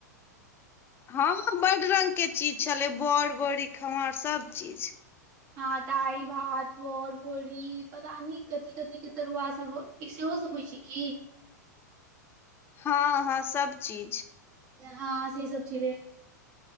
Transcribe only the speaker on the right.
हँ दाल भात बर भोरी पता न कथी कथी के तरुआ स ई सेहो सब होइ छै क
हँ से सब छल